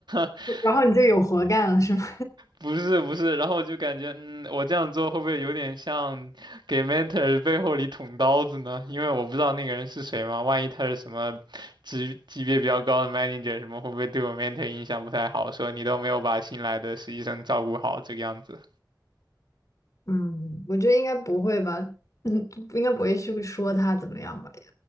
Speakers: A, on the right; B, on the left.
A: <laughs>
B: 然后你就有活干了是吗？
A: 不是不是，然后我就感觉，嗯，我这样做会不会有点像给 mentor 背后里捅刀子呢？因为我不知道那个人是谁嘛，万一他是什么级级别比较高的 manager 什么，会不会对我 mentor 印象不太好？说你都没有把新来的实习生照顾好这个样子。
B: 嗯，我觉得应该不会吧，嗯，应该不会去说他怎么样吧？